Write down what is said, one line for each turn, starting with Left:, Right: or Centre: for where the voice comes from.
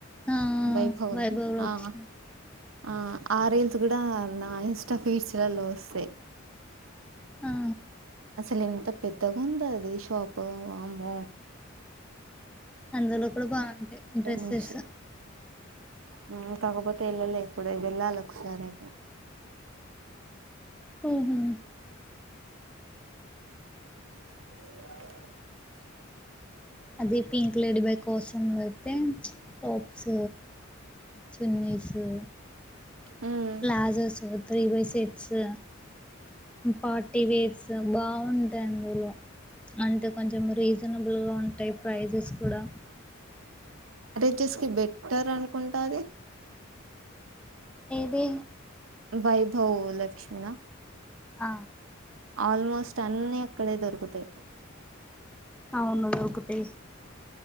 Centre: ఆ
Right: వైభవను
Centre: వైభవ లక్ష్మి
Right: ఆ ఆ ఆ రేల్స్ కూడా నా ఇంస్టా ఫీచర్లలో వస్తాయి
Centre: ఆా
Right: అసలు ఎంత పెద్దగా ఉంద అది షాపు వామో
Centre: అందులో కూడా బాగుంటాయి డ్రెస్సెస్
Right: నుంచి మ్మ్ కాకపోతే వెళ్ళలే ఇప్పుడు వెళ్ళాలి ఒకసారిే
Centre: ఓహో
Right: <inaudible>
Centre: అది పింక్ లేడీ బై కోసం తే టొప్స్ చెన్నైసు
Right: మ్మ్
Centre: ్లాజ స ర వైసేట్స్ పార్టీ వేర్స్ బాగుంటాయి అందులో అంటే కొంచెం రీజనబుల్ గా ఉంటాయి ప్రైజెస్ కూడా
Right: పచెస్ కి బెట్టర్ అనుకుంటుది
Centre: ఏదే
Right: వైభవ్ లక్ష్మ నా
Centre: ఆ
Right: ఆల్మోస్ట్ అన్నిీ అక్కడే దొరుకుతాయి
Centre: అవును దకుతే